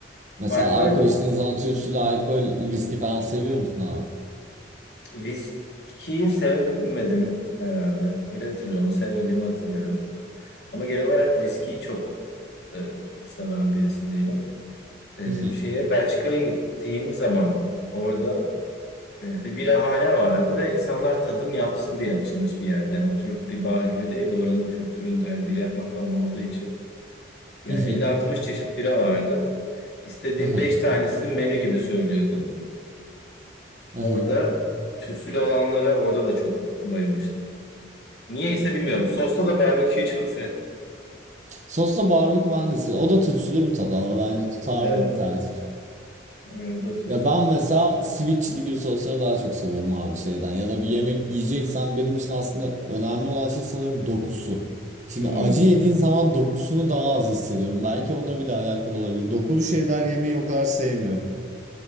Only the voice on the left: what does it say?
Alkol,
viskiyi sevmedim herhalde. Öyle hatırlıyorum. Sevmediğimi hatırlıyorum. Ama genel olarak viskiyi çok e, seven birisi değilim. E,
şeye Belçika'ya gittiğim zaman orada e, bir birahane vardı ve insanlar tadım yapsın diye açılmış bir yerde. Yani oturup bir bar gibi değil de oranın kültüründe hani bira yapmak falan olduğu için Yani
elli altmış çeşit bira vardı. İstediğin
5 tanesini menü gibi söylüyordun. Orada
tütsülü olanlara orada da çok bayılmıştım. Niye ise bilmiyorum. Sosta da barbeküyü çok sev. <laughs>
Evet.
O da tütsü.
Hmm.